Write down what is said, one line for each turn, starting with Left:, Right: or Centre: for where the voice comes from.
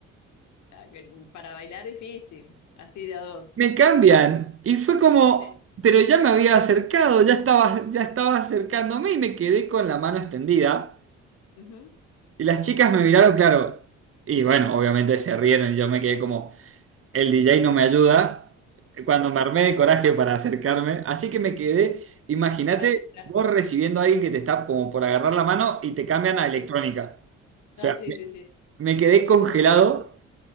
Left: Ah, que Para bailar difícil, así de a dos.
Right: Me cambian y fue como,
Left: Sí.
Right: pero ya me había acercado, ya estaba, ya estaba acercándome y me quedé con la mano extendida.
Left: Ujú.
Right: Y las chicas me miraron, claro. Y bueno, obviamente se rieron y yo me quedé como, el DJ no me ayuda. Cuando me armé de coraje para acercarme. Así que me quedé, imagínate
Left: Ahí, claro.
Right: vos recibiendo a alguien que te está como por agarrar la mano y te cambian a electrónica.
Left: <laughs>
Right: O
Left: No,
Right: sea,
Left: sí,
Right: me,
Left: sí, sí.
Right: me quedé congelado.